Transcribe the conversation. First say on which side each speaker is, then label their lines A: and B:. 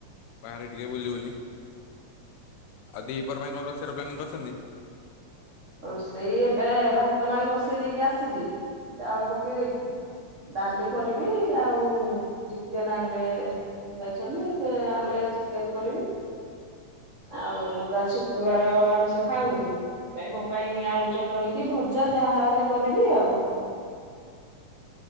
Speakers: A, on the left (about 80°); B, on the right (about 50°).
A: ବାହାରେ ଟିକେ ବୁଲି ବୁଲି ଆଉ ଦିହପର ପାଇଁ କଣ ରୋଷେଇ ର ପ୍ଲାନିଂ କରିଛନ୍ତି?
B: ରୋଷେଇ ଏବେ ଭାତ ପାଣି ବସେଇ ଦେଇକି ଆସିଛି ଚାଉଳ ପକେଇ ଦେଇକି। ଡାଲି କରିବି ଆଉ ଚିକେନ ଆଣିବେ ଯାଇଛନ୍ତି ସେ ଆଣିଲେ ଚିକେନ କରିବି। ଆଉ ମୁଁ ତାହେଲେ ଶୁକ୍ରବାର ଆମିଷ ଖାଉନି। ସେ ପାଇଁ ମୋ ପାଇଁ ଆଳୁ ଚଟଣିୀ କି ଭଜା ଯାହାହଲେ କରିବି ଆଉ।